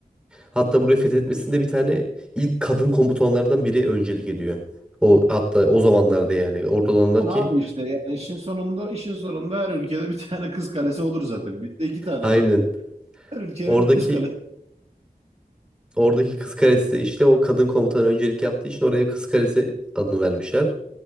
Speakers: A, in the centre; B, on the right.
A: Hatta burayı fethetmesinde bir tane ilk kadın komutanlardan biri öncelik ediyor. O hatta o zamanlarda yani orada olanlar
B: Ama
A: ki
B: abi işte yani işin sonunda işin sonunda her ülkede bir tane kız kalesi olur zaten. Bizde iki tane
A: aynen
B: var. Her ülkenin
A: oradaki
B: bir kız kalesi
A: oradaki kız kalesi de işte o kadın komutan öncelik yaptığı için oraya kız kalesi adını vermişler.